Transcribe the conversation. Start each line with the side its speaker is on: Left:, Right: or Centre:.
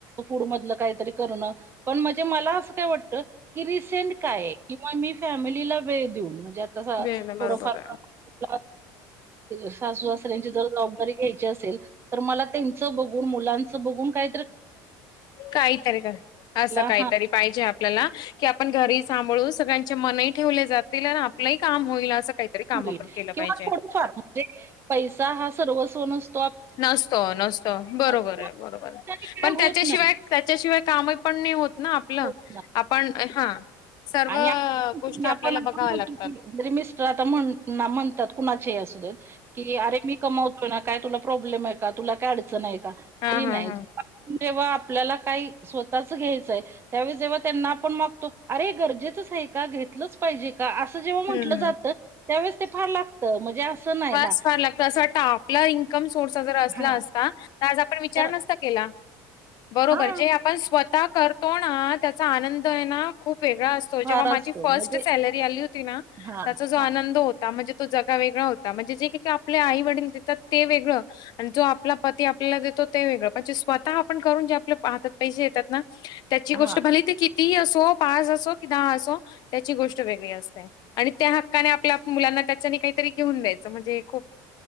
Right: फूड मधलं काहीतरी करणं पण म्हणजे मला असं काय वाटत की रिसेंट काय? किंवा मी फॅमिलीला वेळ देऊन म्हणजे आता
Left: वेळ बरोबर
Right: थोडफार प्रमा सासू
Left: आहे
Right: सासऱ्यांची जर जबाबदारी घ्यायची असेल तर मला त्यांच बघु मुलांच बघुन काय
Left: काहीतरी पण असं
Right: ला
Left: काहीतरी
Right: हा
Left: पाहिजे आपल्याला की आपण घरी सांभाळून सगळ्यांचे मनही ठेवले जातील. आणि आपलंही काम होईल असं काहीतरी काम
Right: होईल
Left: आपण केलं
Right: किंवा
Left: पाहिजे.
Right: थोडंफार म्हणजे पैसा हा सर्वस्व नस
Left: नसतो, नसतो बरोबर
Right: काय
Left: आहे बरोबर पण
Right: होत
Left: त्याच्याशिवाय
Right: नाही
Left: त्याच्याशिवाय कामही पण नाही होत ना आपलं
Right: होत नाही
Left: आपण हा सर्व
Right: आणि आपण
Left: गोष्टी आपल्याला
Right: आपण
Left: बघाव्या
Right: म्हे
Left: लागतात.
Right: मिस्टर आता म्हण म्हणतात कुणाचे असू देत. कि अरे मी कमवतो ना काय तुला प्रॉब्लेम आहे का? तुला काय अडचण आहे का?
Left: हा
Right: तरी
Left: हा
Right: नाही
Left: हा
Right: जेव्हा आपल्याला काही स्वतःच घ्यायचंय त्यावेळेस जेव्हा त्यांना आपण मागतो अरे गरजेच आहे का? घेतलंच पाहीजे का? असं जेव्हा म्हटलं
Left: हम्म
Right: जात तेव्हा ते फार लागत. म्हणजे असं नाही ना
Left: स फार लागत असं वाटत आपला इन्कम सोर्स जर असला
Right: हा
Left: असत? तर आज आपण विचार
Right: तर
Left: नसता बरोर
Right: हा
Left: जे आपण स्वतः करतो ना त्याचा आनंद खुप वेगळा असतो.
Right: फार
Left: जेव्हा माझी
Right: असतो
Left: फस्ट
Right: म्हणजे
Left: सॅलरी आली होती ना
Right: हा
Left: त्याचा जो आनंद
Right: हा
Left: होतो. म्हणजे तो जगा वेगळा होता. म्हणजे जे काही आपल्या आई वडील देतात ते वेगळं आणि जो आपला पती आपल्याला देतो. ते वेगळं पण जे स्वतः आपण करून जे आपले हातात पैसे येतात ना? त्याची
Right: हा
Left: गोष्ट भले ते कितीही असो पाच असो कि दहा असो त्याची गोष्ट वेगळी असते. आणि त्या हक्काने आपल्या मुलांना त्याच्यानी काहीतरी घेऊन द्यायचं म्हणजे हे खूप